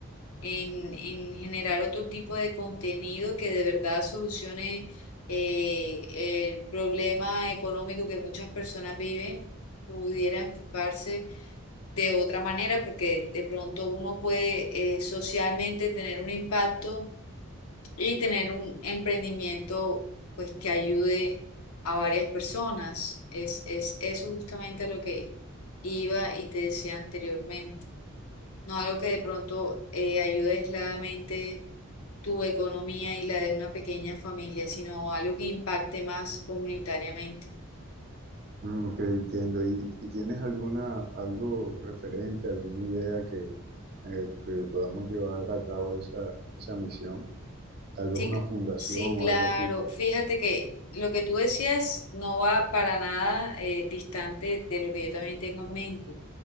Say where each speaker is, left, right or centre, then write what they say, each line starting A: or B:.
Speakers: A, on the left; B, on the right.
A: en, en generar otro tipo de contenido que de verdad solucione eh, el problema económico que muchas personas viven, pudiera enfocarse de otra manera, porque de pronto uno puede eh, socialmente tener un impacto y tener un emprendimiento pues que ayude a varias personas. Es, es eso justamente a lo que iba y te decía anteriormente. No algo que de pronto eh, ayude aisladamente tu economía y la de una pequeña familia, sino algo que impacte más comunitariamente.
B: Mm, ok, entiendo. ¿Y, y tienes alguna, algo referente, alguna idea que, eh, que podamos llevar a cabo esa, esa misión? Tal vez
A: Sí,
B: una
A: cl-
B: fundación
A: sí,
B: o
A: claro.
B: algo así.
A: Fíjate que lo que tú decías no va para nada eh, distante de lo que yo también tengo en mente,